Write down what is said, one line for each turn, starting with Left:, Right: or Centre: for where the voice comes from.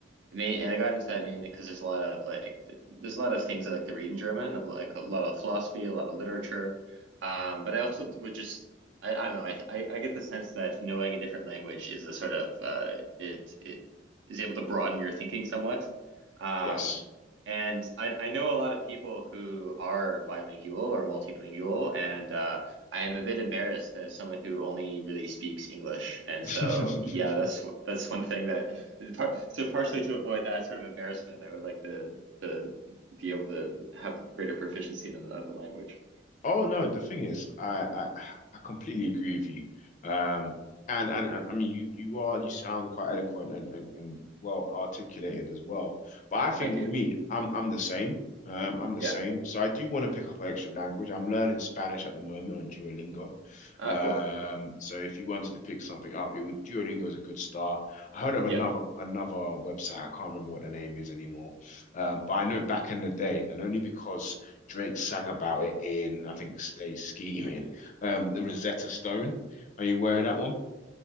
Right: And, they- and I got into that mainly because there's a lot of like there's a lot of things I like to read in German, like a lot of philosophy, a lot of literature. Um, but I also would just I, I don't know I, I I get the sense that knowing a different language is a sort of uh, it it is able to broaden your thinking somewhat. Um,
Left: yes.
Right: and I I know a lot of people who are bilingual or multilingual, and uh, I am a bit embarrassed as someone who only really speaks English, and
Left: <laughs>
Right: so yeah, that's that's one thing that par- so partially to avoid that sort of embarrassment, I would like to to be able to have greater proficiency in another language.
Left: Oh no, the thing is, I, I I completely agree with you. Um, and and, and I mean, you you are you sound quite eloquent and, and and well articulated as well. But I
Right: Well,
Left: think
Right: thank
Left: with
Right: you.
Left: me, I'm I'm the same. Um, I'm the
Right: Yeah.
Left: same. So I do want to pick up an extra language. I'm learning Spanish at the moment on Duolingo.
Right: Ah,
Left: Um,
Right: cool.
Left: so if you wanted to pick something up, it would Duolingo is a good start. I heard of
Right: Yeah.
Left: another
Right: <laughs>
Left: another website. I can't remember what the name is anymore. Um, but I know back in the day, and only because. Drake sang about it in, I think, Stay Scheming, um, the Rosetta Stone. Are you aware of that one?